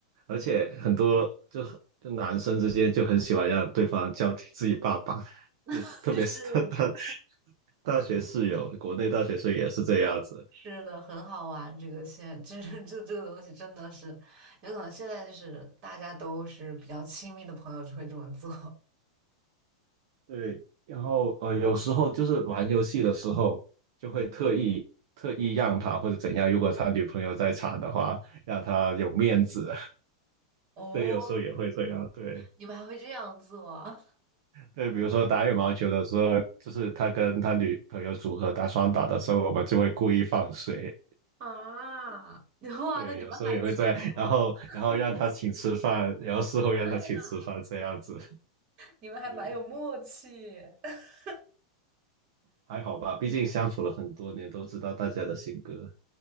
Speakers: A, on the right (about 60°); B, on the right (about 45°).
A: 而且很多就很就男生之间就很喜欢让对方叫自己爸爸，对，
B: <laughs>
A: 特别是他他
B: 是。
A: <laughs> 大学室友，国内大学室友也是这样子，
B: 是的，很好玩。这个现这这这这个东西真的是，有可能现在就是大家都是比较亲密的朋友就会这么做。
A: 对，然后呃，有时候就是玩游戏的时候，就会特意特意让他或者怎样，
B: <laughs> 嗯
A: 如果他女朋友在场的话，让他有面子。<laughs>
B: 哦，
A: 对，有时候也会这样。对
B: 你们还会这样做啊？
A: 对，比如说打羽毛球的时候，就是他跟他女朋友组合打双打的时候，我们就会故意放水。
B: <laughs> 啊，哇，
A: 对，
B: 那你们还挺有
A: 有时候也会这样，然后然后让他请吃饭，
B: <laughs> 默契的。
A: 然后事后让他请吃饭这样子。
B: 对呀，
A: <laughs>
B: 你们还蛮有默契。
A: 对，
B: <laughs>
A: 还好吧，毕竟相处了很多年，都知道大家的性格。